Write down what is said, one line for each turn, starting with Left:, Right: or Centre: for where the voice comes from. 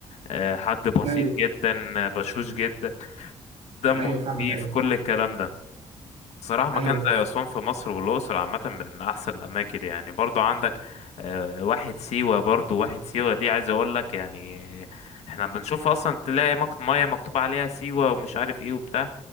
Left: آه، حد بسيط
Right: ايوه
Left: جدا آه، بشوش جدا دمه
Right: ايوه
Left: خفيف
Right: فاهمك ايوه
Left: كل الكلام ده صراحة مكان
Right: ايوه
Left: زي أسوان في مصر والأقصر عامة من أحسن الأماكن يعني برضو عندك آه، واحد سيوة برضو واحد سيوة دي عايز أقول لك يعني احنا بنشوف أصلا تلاقي مك- مية مكتوب عليها سيوة ومش عارف ايه وبتاع